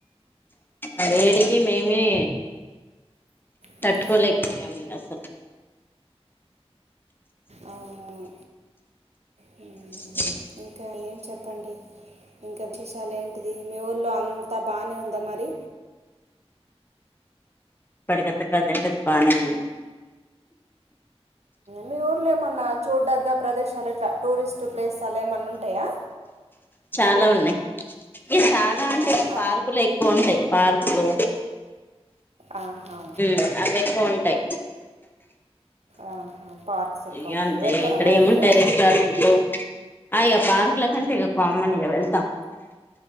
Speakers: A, on the left; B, on the right.
A: ఆ వేడికి మేమే.
B: హ్మ్.
A: తట్టుకోలేకపోయాను ఇగ అసలు.
B: అవునవును. హ్మ్.
A: అ
B: ఇంకా ఏం చెప్పండి. ఇంకా విశేషాలు ఏంటిది మీ ఊర్లో అంతా బానే ఉందా మరి.
A: ఇప్పటికైతే వెదర్ బానే ఉంది.
B: మీ ఊర్లో ఏమన్నా చూడ్దగ్గ ప్రదేశాలు ఎట్లా టూరిస్ట్ ప్లేస్ లో అలా ఏమైనా ఉన్నాయా. ఉంటాయా.
A: చాలా ఉన్నాయి ఇ చాలా అంటె
B: ఆ,
A: పార్కులు ఎక్కువ ఉంటాయి పార్కులు.
B: ఆహా
A: ఉమ్ అవి ఎక్కువ ఉంటాయి.
B: ఆహా పార్క్స్ ఎక్కువ
A: ఇగ
B: ఉంటాయి
A: అంతే
B: వెళ్తారా
A: ఇక్కడ
B: మరి
A: ఏముంటాయి
B: మీరు
A: రెస్టారెంట్లు ఆ ఇక పార్క్ లకంటే ఇక కామనెగా వెళ్తా